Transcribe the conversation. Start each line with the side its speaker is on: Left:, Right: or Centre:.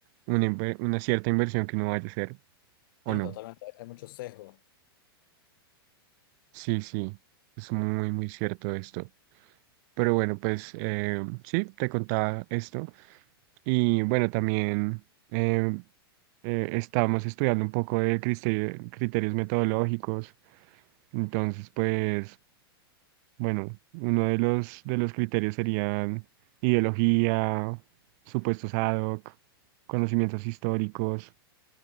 Right: una, inver- una cierta inversión que uno vaya a hacer o
Left: Sí,
Right: no.
Left: totalmente. Hay mucho sesgo.
Right: Sí, sí, es muy, muy cierto esto. Pero bueno, pues eh, sí, te contaba esto. Y bueno, también eh, eh, estamos estudiando un poco de criste- criterios metodológicos. Entonces, pues... Bueno, uno de los, de los criterios serían ideología, supuestos ad hoc, conocimientos históricos,